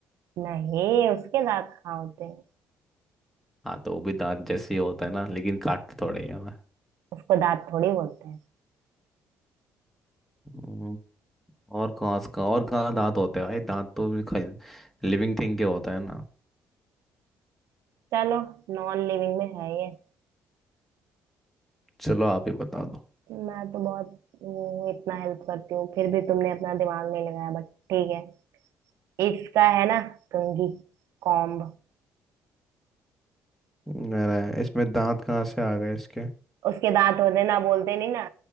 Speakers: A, on the right; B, in the centre.
A: नहीं उसके दांत कहाँ होते हैं
B: हाँ तो वो भी दांत जैसे ही होता है ना लेकिन काटते थोड़े ही हमें
A: उसको दांत थोड़ी बोलते हैं
B: हम्म, और कहाँ से कहाँ और कहाँ दांत होते हैं भाई दांत तो लिविंग थिंग के होता है ना
A: चलो नॉन लिविंग में है ये
B: चलो आप ही बता दो
A: मैं तो बहुत वो इतना हेल्प करती हूँ फिर भी तुमने अपना दिमाग नहीं लगाया बट ठीक है इसका है ना कंघी कॉम्ब
B: अरे इसमें दांत कहाँ से आ गए इसके
A: उसके दांत होते हैं ना बोलते नहीं ना